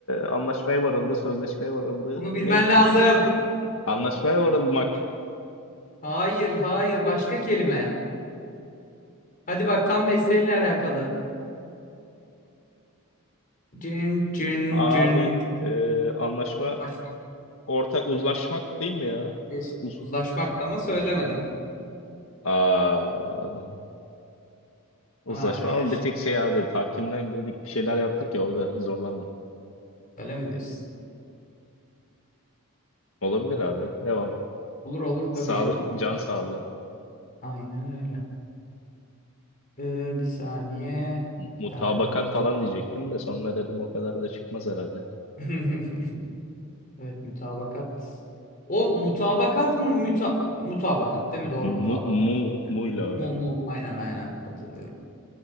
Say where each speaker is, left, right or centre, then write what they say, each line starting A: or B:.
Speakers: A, on the left (about 65°); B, on the left (about 40°).
A: anlaşmaya varıldı, sözleşmeye varıldı.
B: Bunu bilmen
A: Ney?
B: lazım.
A: Anlaşmaya varılmak.
B: Hayır, hayır, başka kelime. Hadi bak tam mesleğinle alakalı. Cin, cin,
A: Abi
B: cin. cin.
A: ee, anlaşma
B: Uzlaşmak,
A: ortak uzlaşmak değil mi ya?
B: geçti.
A: Uz
B: uzlaşmak da ama söylemedin.
A: Aa, uzlaşma
B: Ay,
A: ama bir tek şey abi tahkimden girdik bir şeyler yaptık ya orada zorlandım.
B: öyle mi diyorsun?
A: Olabilir abi. Devam.
B: Olur olur tabii
A: Sağlık,
B: ya. Olur.
A: can sağlığı.
B: Aynen öyle. Ee, bir saniye. Bir
A: Mutabakat
B: tane bulmaya
A: falan
B: çalışıyorum.
A: diyecektim de sonra dedim o kadar da çıkmaz herhalde.
B: <laughs> Evet mütabakat. O mutabakat mı? Müta mutabakat değil mi? Doğru mutabakat.
A: Mu, mu, muyla abi.
B: Mu mu aynen aynen katılıyorum.